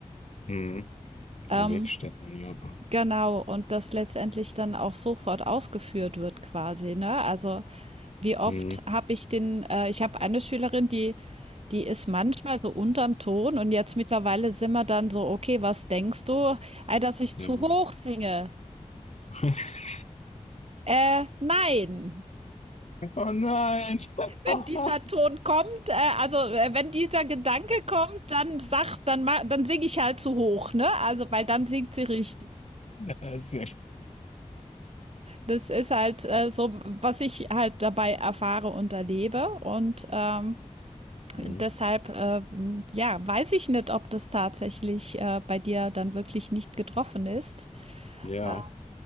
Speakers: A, on the left; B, on the right.
A: Mhm.
B: Ähm,
A: Im Weg stehen, ja.
B: Genau, und das letztendlich dann auch sofort ausgeführt wird quasi, ne? Also, wie oft
A: Mhm.
B: habe ich den äh, ich habe eine Schülerin, die die ist manchmal so unterm Ton und jetzt mittlerweile sind wir dann so: „Okay, was denkst du? Ah, dass ich
A: Ja.
B: zu hoch singe.
A: <laughs>
B: Äh, nein.
A: Oh nein! <laughs>
B: Wenn dieser Ton kommt, äh, also, äh, wenn dieser Gedanke kommt, dann sagt dann ma dann singe ich halt zu hoch, ne? Also, weil dann singt sie richtig.
A: Ja, sehr stark.
B: Das ist halt äh, so, was ich halt dabei erfahre und erlebe. Und ähm,
A: Mhm.
B: deshalb, äh, ja, weiß ich nicht, ob das tatsächlich äh, bei dir dann wirklich nicht getroffen ist.
A: Ja.
B: Ja,